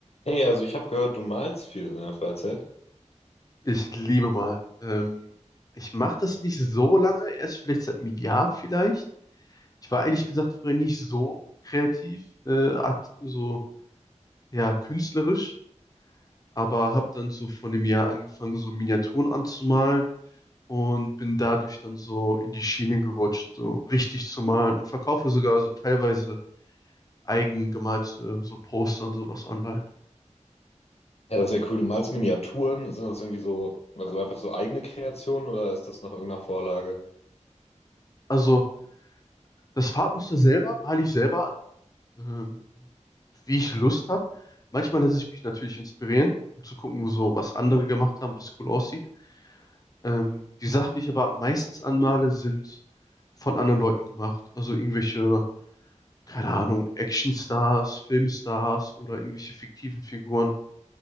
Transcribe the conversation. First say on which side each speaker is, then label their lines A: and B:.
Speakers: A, on the left (about 55°); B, on the left (about 30°).
A: Hey, also ich habe gehört, du malst viel in deiner Freizeit.
B: Ich liebe mal. Ähm, ich mache das nicht so lange, erst vielleicht seit einem Jahr vielleicht. Ich war ehrlich gesagt früher nicht so kreativ, äh, art- so ja, künstlerisch, aber habe dann so von dem Jahr angefangen, so Miniaturen anzumalen und bin dadurch dann so in die Schiene gerutscht, so richtig zu malen und verkaufe sogar so teilweise eigen gemalte so Poster und sowas online.
A: Ja, das ist ja cool. Du malst Miniaturen. Sind das irgendwie so, also einfach so eigene Kreationen oder ist das nach irgendeiner Vorlage?
B: Also das Farbmuster selber male ich selber ähm, wie ich Lust habe. Manchmal lasse ich mich natürlich inspirieren, um zu gucken, wo so was andere gemacht haben, was cool aussieht. Ähm, die Sachen, die ich aber meistens anmale, sind von anderen Leuten gemacht. Also irgendwelche, keine Ahnung, Actionstars, Filmstars oder irgendwelche fiktiven Figuren.